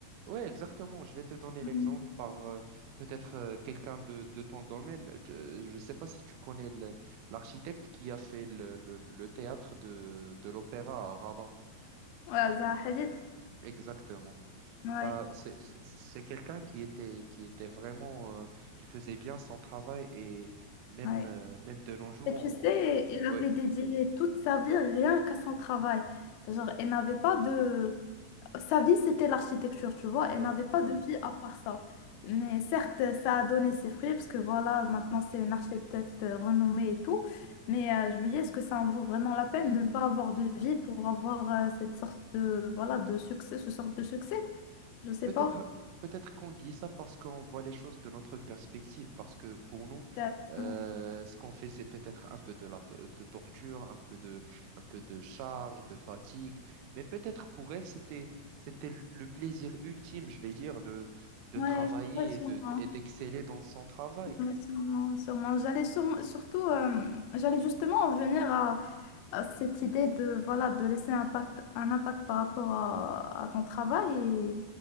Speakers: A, on the right; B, on the left.
A: Ouais, exactement. Je vais te donner
B: Mhm.
A: l'exemple par euh, peut-être euh, quelqu'un de, de ton domaine. Je ne sais pas si tu connais le- l'architecte qui a fait le, le- le théâtre de, de l'opéra à Rabat.
B: Ouais, Zaha Hadid.
A: Exactement.
B: Ouais,
A: Bah, c'est c'est- c'est quelqu'un qui était, qui était vraiment, euh, qui faisait bien son travail et même,
B: ouais.
A: euh, même de nos jours,
B: Et
A: on,
B: tu sais,
A: on-
B: il avait
A: ouais,
B: dédié toute sa vie rien qu'à son travail. Genre, elle n'avait pas de... Sa vie, c'était l'architecture, tu vois.
A: ouais,
B: Elle n'avait pas
A: ouais.
B: de vie à part ça. Mais certes, ça a donné ses fruits, parce que voilà, maintenant, c'est une architecte renommée et tout. Mais euh, je me dis, est-ce que ça en vaut vraiment la peine de ne pas avoir de vie pour avoir euh, cette sorte de, voilà, de succès, ce sorte de succès? Je sais
A: Peut-être,
B: pas.
A: peut-être qu'on dit ça parce qu'on voit les choses de notre perspective, parce que pour nous,
B: Théâtre,
A: euh,
B: ouais.
A: ce qu'on fait, c'est peut-être un peu de la, to- de torture, un peu de, un peu de charge, de fatigue, mais peut-être pour elle, c'était, c'était le le plaisir ultime, je vais dire, de, de
B: Ouais,
A: travailler
B: ouais, sûrement.
A: et de, et d'exceller dans son travail.
B: Ouais, sûrement, sûrement. J'allais sûrement- surtout, euh, j'allais justement en venir à, euh, cette idée de, voilà, de laisser un impact, un impact par rapport à, à ton travail et